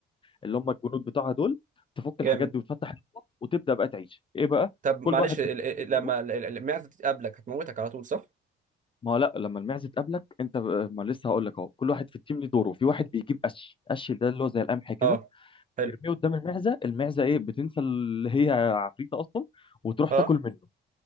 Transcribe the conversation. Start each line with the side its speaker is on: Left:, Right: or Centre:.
Left: اللي هم الجنود بتوعها دول تفك الحاجات
Right: جامد
Left: دي وتفتح الاوض وتبدا بقى تعيش ايه بقى
Right: طب معلش
Left: كل واحد
Right: ال-
Left: في التيم
Right: ال-
Left: ليه
Right: لما
Left: دوره
Right: ال- ال- المعزه دي تقابلك هتموتك على طول صح؟
Left: ما هو لا لما المعزه تقابلك انت ب- ما لسه هقول لك اهو كل واحد في التيم ليه دوره في واحد بيجيب قش قش ده اللي هو زي القمح كده
Right: اه حلو
Left: يرميه قدام المعزه المعزه ايه بتنسى اللي هي عفريته اصلا وتروح
Right: اه
Left: تاكل منه